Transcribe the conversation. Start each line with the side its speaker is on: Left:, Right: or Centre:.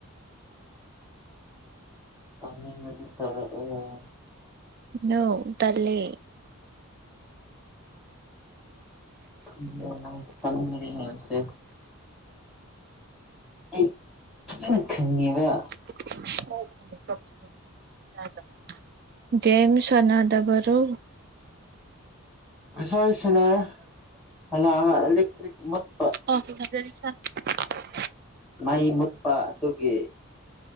Centre: ꯇꯧꯅꯤꯡꯉꯗꯤ ꯇꯧꯔꯛꯑꯣ
Right: ꯅꯣ ꯇꯜꯂꯦ
Centre: <unintelligible> ꯇꯟꯒ꯭ꯔꯦꯍꯦ ꯅꯪꯁꯦ ꯑꯩ ꯐꯖꯅ ꯈꯪꯉꯦꯕ
Right: <unintelligible> ꯒꯦꯝ ꯁꯅꯥꯗꯕꯔꯣ
Centre: ꯉꯁꯥꯏ ꯁꯅꯥꯏ ꯍꯜꯂꯛꯑꯒ ꯏꯂꯦꯛꯇ꯭ꯔꯤꯛ ꯃꯨꯠꯄ
Right: ꯑꯣ <unintelligible>
Centre: ꯃꯩ ꯃꯨꯠꯄ ꯑꯗꯨꯒꯤ